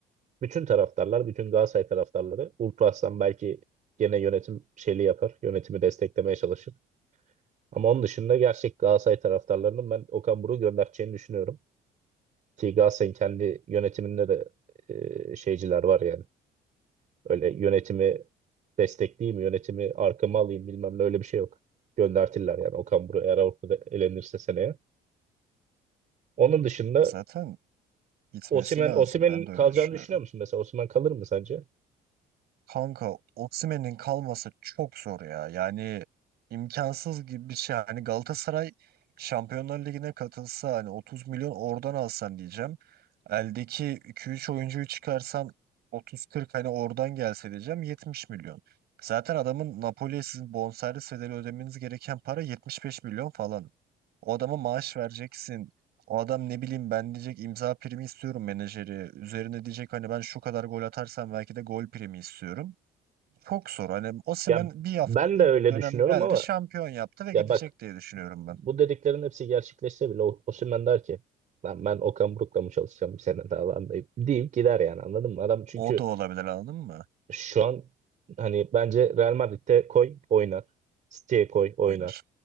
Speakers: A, on the right; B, on the right.
A: bütün taraftarlar, bütün Galatasaray taraftarları Uğur Aslan belki gene yönetim şeyli yapar. Yönetimi desteklemeye çalışır. Ama onun dışında gerçek Galatasaray taraftarlarının ben Okan Buruk'u göndereceğini düşünüyorum. Ki Galatasaray'ın kendi yönetiminde de e, şeyciler var yani. Öyle yönetimi destekleyeyim, yönetimi arkama alayım bilmem ne öyle bir şey yok. Göndertirler yani Okan Buruk eğer Avrupa'da elenirse seneye. Onun dışında
B: Zaten gitmesi
A: Osimhen,
B: lazım.
A: Osimhen'in
B: Ben de
A: kalacağını
B: öyle düşünüyorum.
A: düşünüyor musun mesela? Osimhen kalır mı sence?
B: Kanka Osimhen'in kalması çok zor ya. Yani imkansız gibi bir şey. Hani Galatasaray Şampiyonlar Ligi'ne katılsa hani 30 milyon oradan alsan diyeceğim. Eldeki 2-3 oyuncuyu çıkarsan 30-40 hani oradan gelse diyeceğim 70 milyon. Zaten adamın Napoli'ye sizin bonservis bedeli ödemeniz gereken para 75 milyon falan. O adama maaş vereceksin. O adam ne bileyim ben diyecek imza primi istiyorum menajeri. Üzerine diyecek hani ben şu kadar gol atarsam belki de gol primi istiyorum. Çok zor. Hani Osimhen
A: Ya
B: bir hafta
A: ben
B: ilk
A: de öyle
B: dönem
A: düşünüyorum
B: geldi
A: ama
B: şampiyon yaptı ve
A: ya
B: gidecek
A: bak
B: diye düşünüyorum
A: bu
B: ben.
A: dediklerin hepsi gerçekleşse bile O- Osimhen der ki lan ben Okan Buruk'la mı çalışacağım bir sene daha lan deyip, deyip gider yani anladın mı? Adam çünkü
B: O da olabilir anladın mı?
A: Şu an hani bence Real Madrid'de koy oynar. City'ye koy oynar.
B: Oynar,